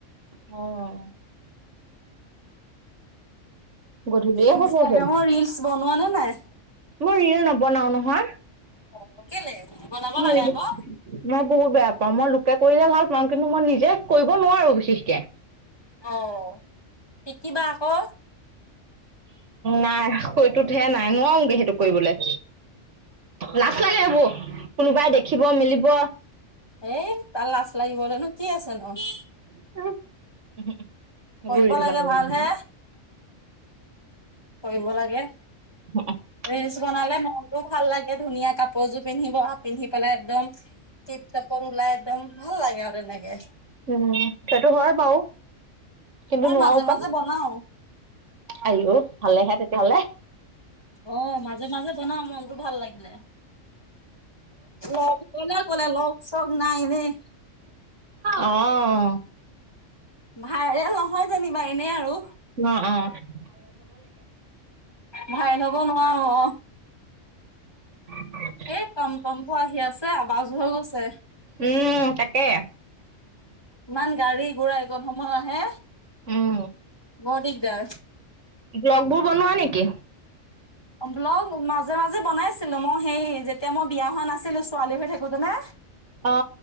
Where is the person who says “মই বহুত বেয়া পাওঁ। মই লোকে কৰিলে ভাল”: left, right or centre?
Right